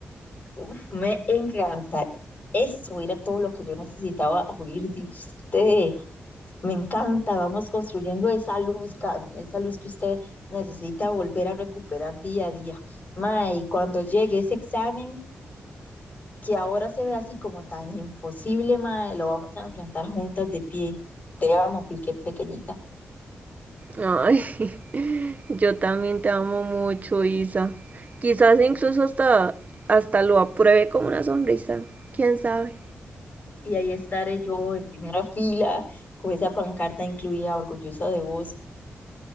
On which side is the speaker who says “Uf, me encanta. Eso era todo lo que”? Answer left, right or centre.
Left